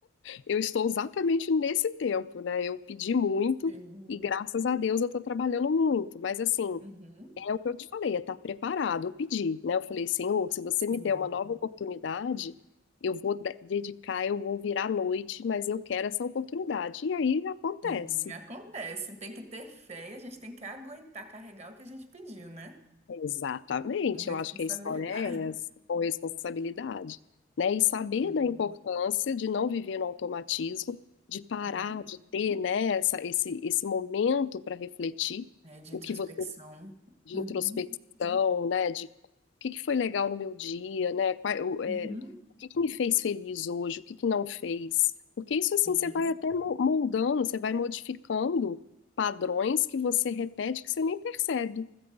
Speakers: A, on the left; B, on the right.
A: Eu estou exatamente nesse tempo, né? Eu pedi muito
B: Sim.
A: e graças a Deus eu estou trabalhando muito. Mas assim,
B: Uhum.
A: é o que eu te falei, é estar preparado. Eu pedi, né? Eu falei, Senhor, se você
B: Sim.
A: me der uma nova oportunidade, eu vou de- dedicar, eu vou virar à noite, mas eu quero essa oportunidade. E aí acontece.
B: Sim, acontece. Tem que ter fé e a gente tem que aguentar carregar o que a gente pediu, né?
A: Exatamente,
B: Com responsabilidade.
A: eu acho que a história é essa, com responsabilidade, né? E saber
B: Sim.
A: da importância de não viver no automatismo, de parar,
B: Uhum.
A: de ter, né, essa, esse, esse momento para refletir
B: É, de
A: o
B: introspecção.
A: que você, de
B: Uhum,
A: introspecção, né, de o que que foi legal no meu dia, né, qual, o, é,
B: uhum,
A: o que que me fez feliz hoje, o que que não fez, porque isso
B: sim.
A: assim você vai até mo- moldando, você vai modificando padrões que você repete que você nem percebe.